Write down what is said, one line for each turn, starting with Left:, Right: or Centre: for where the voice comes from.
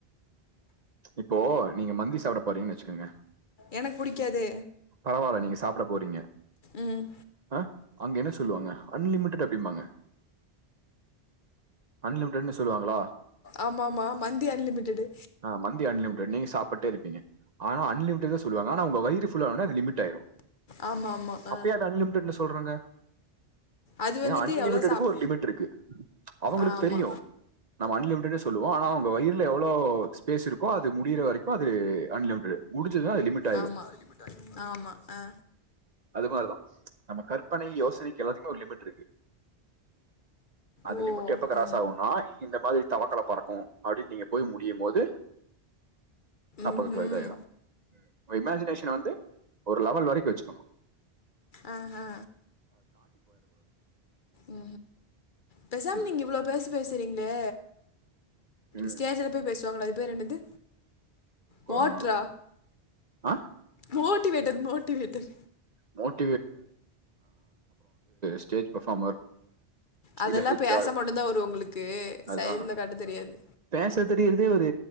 Right: இப்போ நீங்க மந்தி சாப்பிட போறீங்கன்னு வச்சுக்கோங்க
Left: எனக்கு புடிக்காது
Right: பரவாயில்ல நீங்க சாப்பிட போறீங்க
Left: ம்
Right: அஹ் அங்க என்ன சொல்லுவாங்க அன்லிமிடட் அப்படிபாங்க அன்லிமிடடன்னு சொல்லுவாங்களா
Left: ஆமா ஆமா மந்தி அன்லிமிட்டெடு
Right: ஆஹ் மந்தி அன்லிமிட் நீங்க சாப்பிட்டே இருப்பீங்க ஆனா அன்லிமிட த சொல்லுவாங்க ஆனா உங்க வயிறு து லிமி்ட் ஆயிடும்
Left: ஆமா ஆமா ஆ
Right: அப்ப அன்லிமிட் சொல்றாங்க
Left: அது வந்துட்டு
Right: அன்லிமிட்
Left: எவ்வளோ சாப்
Right: இருக்கு அவங்களுக்கு
Left: ஆமா
Right: தெரியும் நம்ம சொல்லு வோம் ஆ அவங்க வயிறுல எவ்வளவு ஸ்பேஸ் இருக்கோ அது முடிற வரைக்கும் அது அன்லிமிடெட் அது முடிஞ்சுனா லிமிடெட்
Left: ஆமா ஆமா ஆஹ
Right: இது தான் நம்ம கற்பனை யோசனைக்கு எல்லாத்துக்குமே ஒரு லிமிட் இருக்கு அந்த
Left: ஓ
Right: லிமிட் எப்ப கிராஸ்
Left: ம்
Right: ஆகுனா இந்த மாரி தவக்கல பறக்கு அப்டின்னு நீங்க போய் முடியு போது அப்பக்குல
Left: ம்ஹூம்
Right: இதாயிரு இமாஜினேஷன் வந்து ஒரு லெவல் வரைக்கு வெச்சுக்கணு
Left: ஆ ஆ உ பேசாம
Right: ம்.
Left: நீங்க இவ்ளோ பேச சரிங்களே
Right: ம்.
Left: ஸ்டேஜ்ல போய் பேசுவாங்ளா அது வேர என்னது வாட்றா
Right: ஆ ஆ
Left: மோட்டிவேட்டர் மோட்டிவேட்டர்
Right: மோட் ஸ்டேஜ் பெர்ஃபார்மர்
Left: அதெல்லா
Right: இல்ல ஹெச்ஆர்
Left: பேச மட்டும்தா வரு ஒங்களுக்கு
Right: அதுதான்
Left: செயல்ல காட்ட தெரியாது
Right: பேச தெரியறதே ஒரு